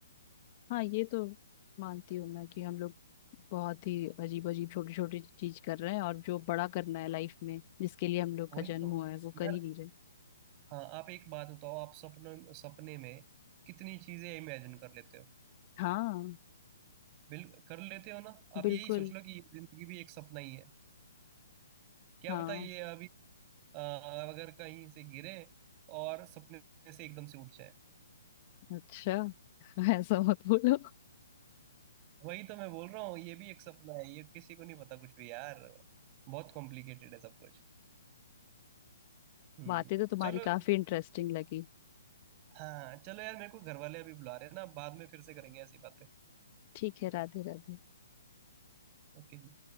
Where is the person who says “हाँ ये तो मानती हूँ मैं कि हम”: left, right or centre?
Left